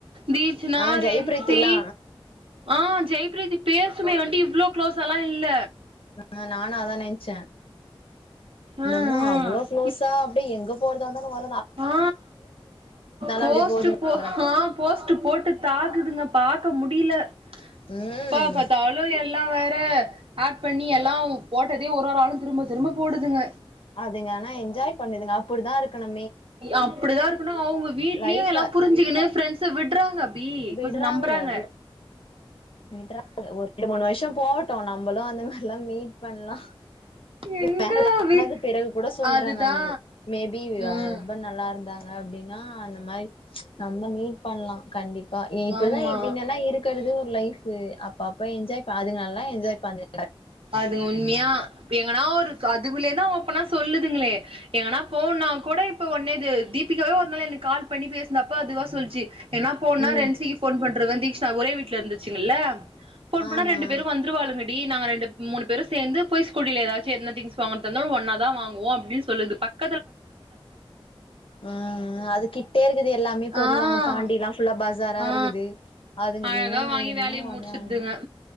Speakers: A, on the right; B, on the left.
A: தீட்சணா
B: ஆ ஜெயபிரீத்திலா
A: ரென்சி ஆ ஜெய்ப்ரீத்தி பேசுமே ஒன்டி இவ்ளோ க்ளோஸால்லா இல்ல
B: ஆ நானு அதா நென்ச்சே என்னமோ
A: ஆ ஆ
B: அவ்ளோ குளோஸா
A: இப்
B: அப்டியே எங் க போறதா இருந்தாலு ந
A: ஆ போஸ்ட்டு
B: அப்டி போகுதுங்க
A: போ ஹா போஸ்ட்டு போட்டு தாக்குதுங்கப் பாக்க முடில எப்பா
B: ம்
A: பத்தாலு எல்லா வேற ஆட் பண்ணி எல்லா போட்டதே ஒரு ஒரு ஆளு திரும்ப திரும்ப போடுதுங்க
B: அதுங்க ஆனா என்ஜாய் பண்ணுதுங்க அப்புடிதான் இருக்கணும்
A: அப்பிடிதான் இருக்கணு அவுங்க வீட்லியு
B: லைஃப
A: எல்லாம் புரிஞ்சிக்குனு ஃப்ரெண்ட்ஸ விட்றாங்க பி
B: விட்றாங்க
A: கொஞ்ச நம்பறாங்க
B: வி விட்றாங்க ஒரு ரெண்டு மூணு வருஷம் போகட்டு நம்பளு அந்த மாரில்லாம் மீட் பண்லா
A: எங்க
B: மேரேஜ்
A: அபி
B: ஆனது பிறகு கூட சொல்றேன்
A: அதுதா
B: நானு மேபி
A: ம்
B: ஹஸ்பண்ட் நல்லா இருந்தாங்க அப்டின்னா அந் இந்த மாறி நம்ம மீட் பண்லா கண்டிப்பா இப்பிடிதா
A: ஆமா
B: பின்னல்லா இருக்கறது ஒரு லைஃப் ஃபு அப்ப அப்ப என்ஜாய் ப அதுங்க நல்லா என்ஜாய் பண்துங
A: அதுங்க உண்மையா எங்கன்னா ஒரு அதுக்குள்ளயதா ஓப்பனா சொல்லுதுங்களே எங்கன்னா போவுன்னா கூட இப்ப ஒன்னேது தீபிகாவே ஒரு நாள் எனக்கு கால் பண்ணி பேசுந்தப்போ அதுவா சொல்ச்சி எங்கனா போனா
B: ம்
A: ரென்சிக்கு ஃபோன் பண்றுவ தீக்ஷணா ஒரே வீட்ல இருந்துச்சுங்கல்ல ஃபோன் பண்ணா
B: ஆமா
A: ரெண்டு பேரு வந்துருவாளுங்கடி நாங்க ரெண்டு மூணு பேரு சேந்து போய் ஸ்கூட்டில ஏதாச்சு என்ன திங்க்ஸ் வாங்கறதா இருந்தாலு ஒன்னா தா வாங்குவோ அப்டின் சொல்லுது பக்
B: அ அதுக்கிட்டே இருக்குது எல்லாமே பொருள்
A: ஆ
B: வாங்க பாண்டி எல்லாம் ஃபுல்லா பஸாரா
A: ஆ
B: இருக்குது அதுங்களுக்கு
A: அழகா
B: என்னென்ன
A: வாங்கி
B: வேணுமோ
A: வேலைய
B: ஒடனே
A: முட்ச்சிற்துங்க
B: வாங்கி